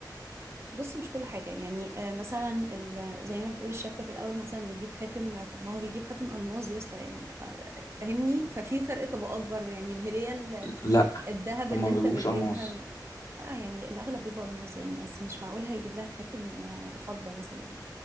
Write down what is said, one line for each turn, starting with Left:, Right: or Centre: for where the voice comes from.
Right: بص مش كل حاجة يعني آه، مثلا ال- زي ما بتقول الشبكة في الأول مثلا بيجيب خاتم آه، طب ما هو بيجيب خاتم ألماس يا اسطى يعني آه، فاهمني ففي فرق طبقات برضه يعني الهدية ال-
Left: لا
Right: الذهب
Left: هما
Right: اللي
Left: ما
Right: أنت
Left: بيجيبوش
Right: بتجيبها
Left: الماس
Right: ال- آه يعني الأغلب بيبقى ألماس يعني أصل مش معقول هيجيب لها خاتم آه، فضة مثلا